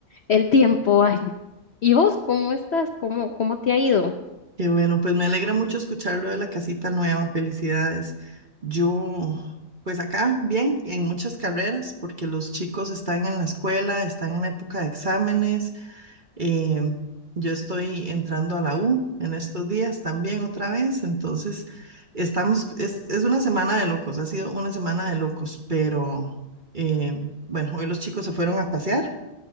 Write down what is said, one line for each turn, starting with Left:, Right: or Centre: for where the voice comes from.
Left: el tiempo. <laughs> ay. ¿Y vos cómo estás? ¿Cómo, cómo te ha ido?
Right: Qué bueno, pues me alegra mucho escucharlo de la casita nueva, felicidades. Yo, pues acá, bien, en muchas carreras, porque los chicos están en la escuela, están en época de exámenes Eh, yo estoy entrando a la U en estos días también otra vez, entonces estamos, es, es una semana de locos, ha sido una semana de locos, pero eh, bueno, hoy los chicos se fueron a pasear